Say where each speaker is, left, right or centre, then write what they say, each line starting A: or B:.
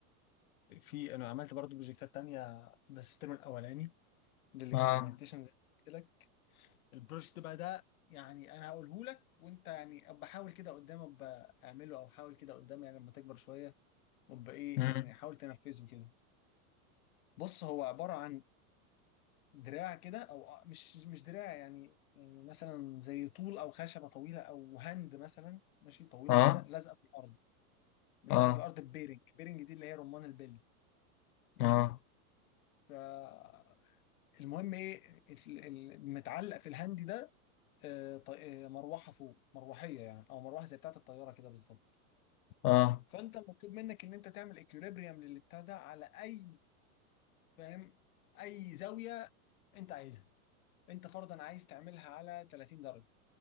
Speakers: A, on the left; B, on the left.
A: في انا عملت برضه بروجكتات تانية بس في الترم الاولاني للاكسبيرمنتيشن
B: اه
A: زي ما قلت لك البروجكت بقى ده يعني انا هقوله لك وانت يعني ابقى حاول كده قدام ابقى اعمله او حاول كده قدام يعني لما تكبر شويه وابقى ايه
B: مم.
A: يعني حاول تنفذه كده بص هو عباره عن دراع كده او أ- مش مش دراع يعني يعني مثلا زي طول او خشبه طويله او هند مثلا ماشي طويله
B: اه
A: كده لازقه في الارض لازقه
B: اه
A: في الارض ببيرنج بيرنج دي اللي هي رمان البلي ماشي
B: اه
A: فالمهم ايه ال- ال- المتعلق في الهند ده آه، ط- آه، مروحه فوق مروحيه يعني او مروحه زي بتاعه الطياره كده بالظبط
B: اه
A: فانت مطلوب منك ان انت تعمل اكيوليبريم للبتاع ده على اي فاهم اي زاويه انت عايزها انت فرضا عايز تعملها على 30 درجه